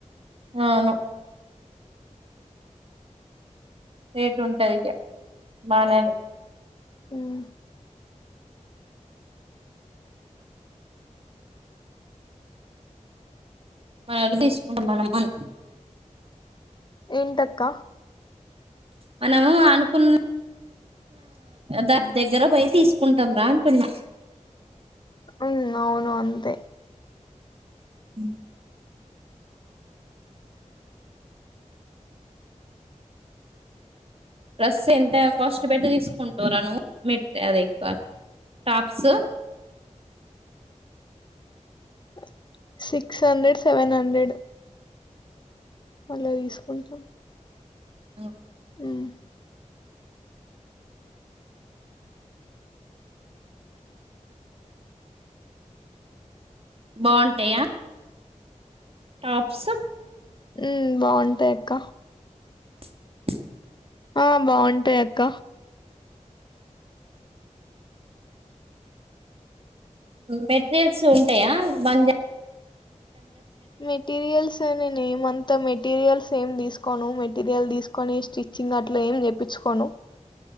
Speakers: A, on the right (about 50°); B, on the left (about 35°).
A: అవును రేటు ఉంటది ఇక బానే
B: ఉమ్
A: మన తీసుకుంటా మనం అను
B: ఏంటి అక్క
A: మనము అనుకున్న దాని దగ్గర బయ తీసుకుంటాం రా అంటున్నా
B: ఉమ్ అవును అంతే
A: ఉమ్ డ్రస్ ఎంత కాస్ట్ పెట్టి తీసుకుంటా రా ను్ మెట్ అది ఎక్కువ టాప్స్
B: సి సిక్స్ హండ్రెడ్ సెవెన్ హండ్రెడ్ అలా తీసుకుంటాం
A: ఆ
B: ఉమ్
A: బాగుంటాయా టాప్స్
B: ఉ బాగుంటాయి అక్క
A: అ <inaudible>
B: ఆ బాగుంటాయి అక్క
A: మెటీరియల్స్ ఉంటాయా బంద
B: మెటీరియల్స్ ల నేనేమంత మె మెటీరియల్స్ ఏం తీసుకోను మెటీరియల్ తీసుకొని స్టిచ్చింగ్ అట్ల ఏం చేప్పించుకోను